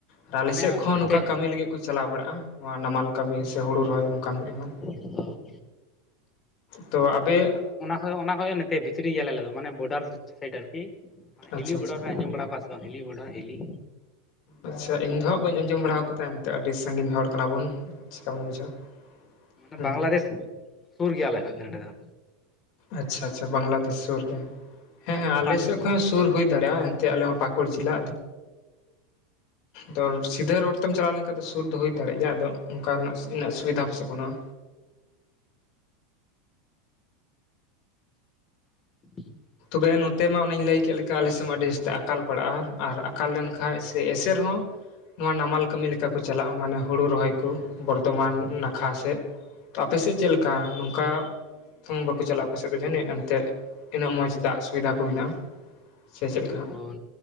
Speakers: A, on the left (about 55°); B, on the left (about 25°).
A: ᱟᱨ ᱟᱞᱮ
B: ᱢᱟᱱᱮ
A: ᱥᱮᱫ ᱠᱷᱚᱱ
B: ᱱᱚᱛᱮ
A: ᱱᱚᱝᱠᱟ ᱠᱟᱹᱢᱤ ᱞᱟᱹᱜᱤᱫ ᱠᱚ ᱪᱟᱞᱟᱣ ᱵᱟᱲᱟᱜᱼᱟ᱾ ᱱᱚᱣᱟ ᱱᱟᱢᱟᱞ ᱠᱟᱹᱢᱤ ᱥᱮ ᱦᱩᱲᱩ ᱨᱚᱦᱚᱭ ᱱᱚᱝᱠᱟᱱ ᱮᱢᱟᱱ᱾
B: ᱚ
A: ᱛᱚ ᱟᱵᱮ,
B: ᱦᱚᱭ ᱚᱱᱟ ᱠᱷᱚᱱ ᱱᱚᱛᱮ ᱵᱷᱤᱛᱨᱤ ᱜᱮᱭᱟ ᱟᱞᱮ ᱫᱚ ᱢᱟᱱᱮ ᱵᱚᱰᱟᱨ ᱥᱟᱭᱤᱰ ᱟᱨᱠᱤ ᱢᱟᱱᱮ
A: ᱟᱪᱪᱷᱟ
B: ᱦᱤᱞᱤ ᱵᱚᱰᱟᱨ
A: ᱟᱪᱪᱷᱟ
B: ᱯᱮ ᱟᱡᱸᱚᱢ ᱵᱟᱲᱟᱣ ᱠᱟᱫ ᱵᱟᱝ ᱦᱮᱞᱤ ᱵᱚᱰᱟ ᱦᱮᱞᱤ᱾
A: ᱟᱪᱪᱷᱟ ᱤᱧ ᱫᱚ ᱦᱟᱸᱜ ᱵᱟᱹᱧ ᱟᱸᱡᱚᱢ ᱵᱟᱲᱟ ᱟᱠᱟᱫᱟ ᱮᱱᱛᱮᱜ ᱟᱹᱰᱤ ᱥᱟᱺᱜᱤᱧ ᱦᱚᱲ ᱠᱟᱱᱟ ᱵᱚᱱ᱾ ᱪᱤᱠᱟᱵᱚᱱ ᱵᱩᱡᱷᱟᱹᱣᱟ
B: ᱢᱟᱱᱮ
A: ᱦᱩᱸ
B: ᱵᱟᱝᱞᱟᱫᱮᱥ ᱥᱩᱨ ᱜᱮᱭᱟᱞᱮ ᱠᱷᱚᱡ ᱱᱚᱰᱮ ᱫᱚ᱾
A: ᱟᱪᱪᱷᱟ ᱟᱪᱪᱷᱟ ᱵᱟᱝᱞᱟᱫᱮᱥ ᱥᱩᱨ ᱨᱮ ᱦᱮᱸ
B: ᱠᱷᱟᱡ
A: ᱦᱮᱸ
B: ᱫᱚ
A: ᱟᱞᱮᱥᱮᱫ
B: ᱯᱟᱸᱪ ᱪᱷᱚ ᱠᱤᱞᱳ
A: ᱠᱷᱚᱱ ᱥᱩᱨ ᱦᱩᱭ ᱫᱟᱲᱮᱭᱟᱜᱼᱟ ᱮᱱ ᱟᱞᱮ ᱦᱚᱸ ᱯᱟᱟᱹᱠᱩᱲ ᱡᱮᱞᱟ ᱛᱚ ᱥᱤᱫᱷᱟᱹ ᱨᱳᱰ ᱛᱮᱢ ᱪᱟᱞᱟᱣ ᱞᱮᱱᱠᱷᱟᱱ ᱫᱚ ᱥᱩᱨ ᱫᱚ ᱦᱩᱭ ᱫᱟᱲᱮᱜ ᱜᱮᱼᱟ ᱟᱫᱚ ᱚᱱᱠᱟᱱᱟᱜ ᱩᱱᱟᱹᱜ ᱥᱩᱵᱤᱫᱷᱟ ᱯᱟᱥᱮ ᱵᱟᱱᱩᱜᱼᱟ᱾
B: ᱹ <inaudible>
A: ᱛᱚᱵᱮ ᱱᱚᱛᱮ ᱢᱟ ᱚᱱᱮᱧ ᱞᱟᱹᱭ ᱠᱮᱫ ᱞᱮᱠᱟ ᱟᱞᱮ ᱥᱮᱫ ᱢᱟ ᱟᱹᱰᱤ ᱡᱟᱹᱥᱛᱮ ᱟᱠᱟᱞ ᱯᱟᱲᱟᱜᱼᱟ ᱟᱨ ᱟᱠᱟᱞ ᱞᱮᱱᱠᱟᱱ ᱥᱮ ᱮᱥᱮᱨ ᱦᱚᱸ ᱱᱚᱣᱟ ᱱᱟᱢᱟᱞ ᱠᱟᱹᱢᱤ ᱞᱮᱠᱟ ᱠᱚ ᱪᱟᱞᱟᱜᱼᱟ ᱢᱟᱱᱮ ᱦᱳᱲᱳ ᱨᱚᱦᱚᱭ ᱠᱚ, ᱵᱚᱨᱫᱷᱚᱢᱟᱱ ᱱᱟᱠᱷᱟ ᱥᱮᱫ ᱛᱚ ᱟᱯᱮ ᱥᱮᱫ ᱪᱮᱫ ᱞᱮᱠᱟ ᱱᱚᱝᱠᱟ᱾ ᱛᱚᱝ ᱵᱟᱠᱚ ᱪᱟᱞᱟᱜᱼᱟ ᱟᱯᱮᱥᱮᱡ ᱫᱚ ᱡᱟᱹᱱᱤᱡ ᱮᱱᱛᱮ ᱤᱱᱟᱹᱜ ᱢᱚᱸᱡᱽ ᱫᱟᱜ ᱥᱩᱵᱤᱫᱷᱟ ᱠᱚ ᱢᱮᱱᱟᱜᱼᱟ᱾ ᱥᱮ ᱪᱮᱫ ᱞᱮᱠᱟ᱾
B: ᱚ